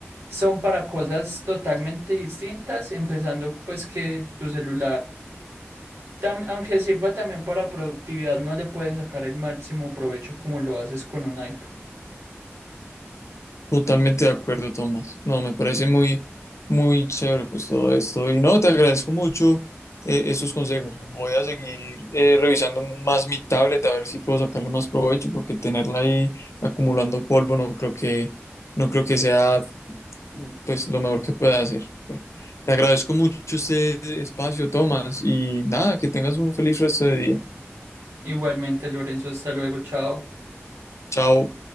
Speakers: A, on the right; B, on the left.
A: son para cosas totalmente distintas, empezando pues que tu celular. tam- Aunque sirva también para productividad, no le puedes sacar el máximo provecho como lo haces con un iPad.
B: Totalmente de acuerdo, Tomás. No, me parece muy, muy chévere pues todo esto. Y no, te agradezco mucho eh, estos consejos. Voy a seguir eh, revisando más mi tablet a ver si puedo sacarle más provecho porque tenerla ahí acumulando polvo no creo que, no creo que sea pues lo mejor que pueda hacer. Te agradezco mucho este espacio, Tomás, y nada, que tengas un feliz resto de día.
A: Igualmente, Lorenzo, hasta luego, chao.
B: Chao.